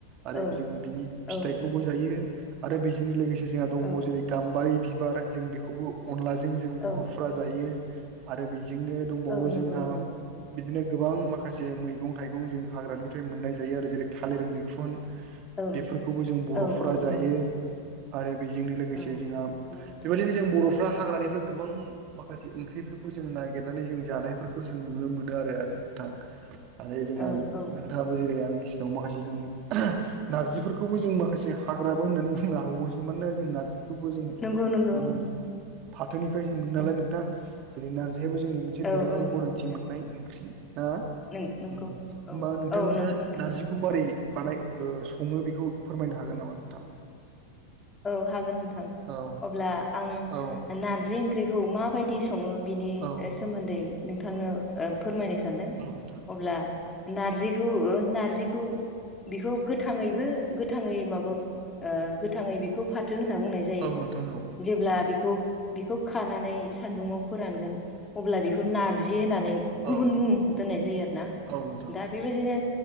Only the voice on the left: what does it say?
औ
औ
औ
औ
औ नंगौ
नंगौ
औ
औ औ
नंगौ
औ
नंगौ नोंथां
औ
औ
नंगौ नंगौ
नंगौ
उम
औ
औ नंगौ
नोंथां
नों नंगौ
औ
औ नंगौ नोंथां
नंगौ
औ हागोन नोंथां
अब्ला आं
नारजि ओंख्रिखौ माबायदि सङो बिनि
सोमोन्दै नोंथांनो ओ फोरमायनो सानदों
अब्ला नारजिखौ नारजिखौ बेखौ गोथाङैबो गोथाङै माबा ओ गोथाङै बे खौ फाथो होनना जायो
जेब्ला बेखौ बेखौ खानानै सान्दुंआव फोरानगोन अब्ला बेखौ नारजि होनानै गुबुन
मुं दोननाय आरोना
दा बेबायदिनो